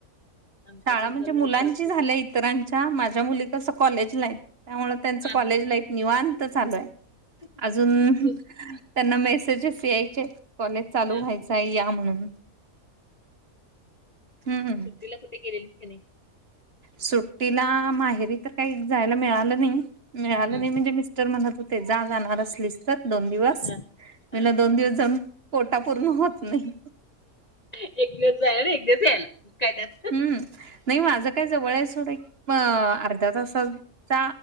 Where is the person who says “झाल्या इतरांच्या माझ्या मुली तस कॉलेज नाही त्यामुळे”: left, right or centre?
Right